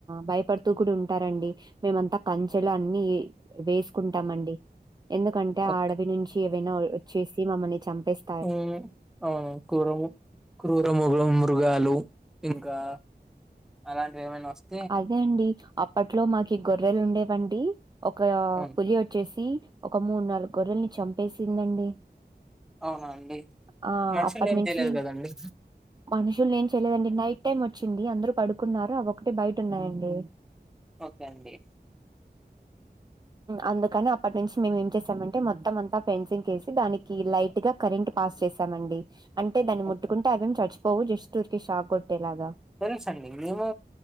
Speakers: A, on the right; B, in the centre.
A: భయపడుతూ కూడా ఉంటారండి మేమంతా కంచెలు అన్నీ వేసుకుంటామండి ఎందుకంటే
B: ఓకే
A: ఆ అడవి నుంచి ఏవైనా వచ్చేసి మమ్మల్ని చంపేస్
B: ఉమ్ అవును క్రూరము క్రూర మగ మృగాలు ఇంకా అలాంటివి ఏమైనా వస్తా
A: అదే అండి అప్పట్లో మాకి గొర్రెలు ఉండేవండి ఒక
B: అవును
A: పులి వచ్చేసి ఒక మూడు నాలుగు గొర్రెల్ని చంపేసిందండి
B: అవునా అండి
A: ఆ
B: మనుషుల్ని
A: అప్పటినుంచి
B: ఏం చేయలేదు కదండి
A: మనుషుల్ని ఏం చేయలేదండి నైట్ టైమ్ వచ్చింది అందరూ పడుకున్నారు అవ్వి ఒకటే బయట ఉన్నాయండి
B: ఓకే అండి
A: అందుకని అప్పటి నుంచి మేమేం చేసామంటే మొత్తం అంతా ఫెన్సింగ్ కేసి దానికి లైట్ గా కరెంట్ పాస్ చేశామండి అంటే దాన్ని
B: ఓకే
A: ముట్టుకుంటే అవేం చచ్చిపోవు జస్ట్ ఊరికి షాక్ కొట్టేలాగా
B: తెలుసాండి మేము